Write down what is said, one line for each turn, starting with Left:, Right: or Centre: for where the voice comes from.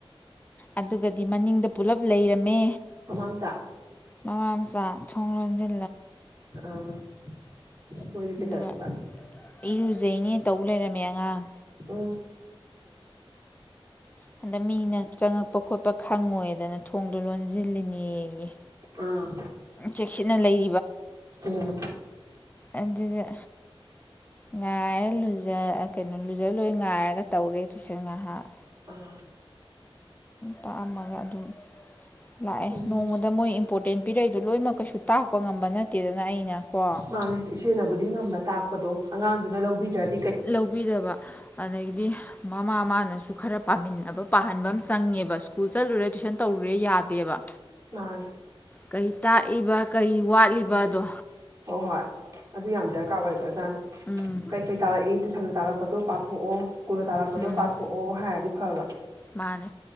Left: ꯑꯗꯨꯒꯗꯤ ꯃꯅꯤꯡꯗ ꯄꯨꯂꯞ ꯂꯩꯔꯝꯃꯦ
Right: ꯃꯃꯥꯝꯆꯥ
Left: ꯃꯃꯥ ꯃꯆꯥ ꯊꯣꯡ ꯂꯣꯟꯖ
Right: ꯑꯥ ꯑꯣꯏꯣꯏꯔ
Left: ꯑꯗꯨꯒ
Right: ꯀꯦꯗ ꯑꯗꯨꯗꯤꯗ
Left: ꯏꯔꯨꯖꯩꯅꯦ ꯇꯧ ꯂꯩꯔꯝꯃꯦ ꯑꯉꯥꯡ
Right: ꯑ
Left: ꯍꯟꯗꯛ ꯃꯤꯅ ꯆꯪꯉꯛꯄ ꯈꯣꯠꯄ ꯈꯪꯉꯣꯏꯗꯅ ꯊꯣꯡꯗꯣ ꯂꯣꯟꯁꯤꯜꯂꯤꯅꯦ
Right: ꯑꯥ
Left: ꯆꯦꯛꯁꯤ ꯅ ꯂꯩ
Right: ꯎꯝ
Left: ꯑꯗꯨꯒ ꯉꯥꯏꯔ ꯂꯨꯖ ꯀꯩꯅꯣ ꯂꯨꯖ ꯂꯣꯏ ꯉꯥꯏꯔꯒ ꯇꯧꯔꯦ ꯇꯨꯏꯁꯪ ꯉꯥꯏꯍꯥꯛ
Right: ꯑꯥ
Left: ꯇꯥꯛꯑꯝ ꯑꯃꯒ ꯑꯗꯨ ꯂꯥꯛꯑꯦ
Right: ꯎꯝ
Left: ꯅꯣꯡꯃꯗ ꯃꯣꯏ ꯏꯝꯄꯣꯔꯇꯦꯟ ꯄꯤꯔꯩꯗ ꯂꯣꯏꯅꯃꯛ ꯀꯩꯁꯨ ꯇꯥꯛꯄ ꯉꯝꯕ ꯅꯠꯇꯦꯗꯅ ꯑꯩꯅ ꯀꯣ
Right: ꯃꯥꯅꯦ ꯏꯆꯦꯅꯕꯨꯗꯤ ꯉꯝꯕ ꯇꯥꯛꯄꯗꯣ ꯑꯉꯥꯡꯗꯨꯅ ꯂꯧꯕꯤꯗ꯭ꯔꯅꯤ
Left: ꯂꯧꯕꯤꯗꯕ ꯑꯗꯒꯤꯗꯤ ꯃꯃꯥ ꯃꯥꯅꯁꯨ ꯈꯔ ꯄꯥꯃꯤꯟꯅꯕ ꯄꯥꯍꯟꯕ ꯑꯃ ꯆꯪꯉꯦꯕ ꯀꯨꯖꯜꯨꯔꯦ ꯇꯔꯨꯔꯦ ꯌꯥꯗꯦꯕ
Right: ꯃꯥꯅꯦ
Left: ꯀꯩ ꯇꯥꯛꯏꯕ ꯀꯩ ꯋꯥꯠꯂꯤꯕꯗꯣ
Right: ꯑꯣ ꯍꯣꯏ ꯑꯗꯨ ꯌꯥꯝ ꯗꯔꯀꯥꯔ ꯑꯣꯏꯕ ꯑꯣꯖꯥꯅ
Left: ꯎꯝ
Right: ꯀꯩꯀꯩ ꯇꯥꯂꯛꯏ ꯇꯨꯁꯟ ꯇꯥꯔꯛꯄꯗꯣ ꯄꯥꯊꯣꯛꯑꯣ ꯁꯀꯨꯜ ꯊꯥꯂꯛꯄꯠꯇ꯭ꯔꯣ
Left: ꯎꯝ
Right: ꯄꯥꯊꯣꯛꯑꯣ ꯍꯥꯏꯗꯤ ꯐꯕ
Left: ꯃꯥꯅꯦ